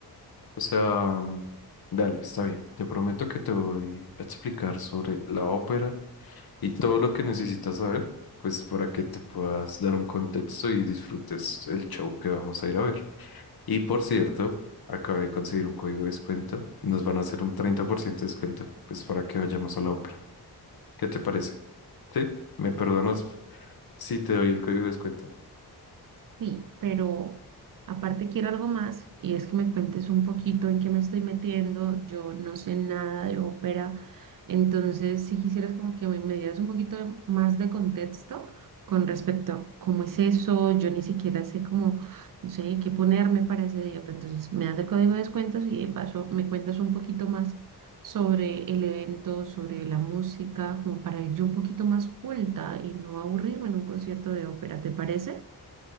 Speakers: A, on the left; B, on the right.
A: O sea, mm, dale, está bien. Te prometo que te voy a explicar sobre la ópera y todo lo que necesitas saber, pues para que te puedas dar un contexto y disfrutes el show que vamos a ir a ver. Y por cierto, acabé de conseguir un código de descuento y nos van a hacer un 30% de descuento, pues para que vayamos a la ópera. ¿Qué te parece? ¿Sí? ¿Me perdonas si te doy el código de descuento?
B: Sí, pero aparte quiero algo más y es que me cuentes un poquito en qué me estoy metiendo. Yo no sé nada de ópera, entonces si quisieras como que me me dieras un poquito de- más de contexto con respecto a cómo es eso, yo ni siquiera sé cómo, no sé, qué ponerme para ese día, pero entonces me das el código de descuentos y de paso me cuentas un poquito más sobre el evento, sobre la música, como para ir yo un poquito más culta y no aburrirme en un concierto de ópera, ¿te parece?